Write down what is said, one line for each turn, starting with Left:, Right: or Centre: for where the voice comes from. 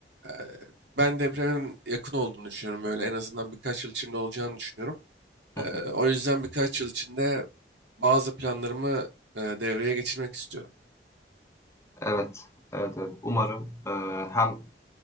Right: Ee, ben depremin yakın olduğunu düşünüyorum. Böyle en azından birkaç yıl içinde olacağını düşünüyorum.
Left: hı
Right: Eee,
Left: hı.
Right: o yüzden birkaç yıl içinde bazı planlarımı eee, devreye geçirmek istiyorum.
Left: Evet, evet, evet. Umarım eee, hem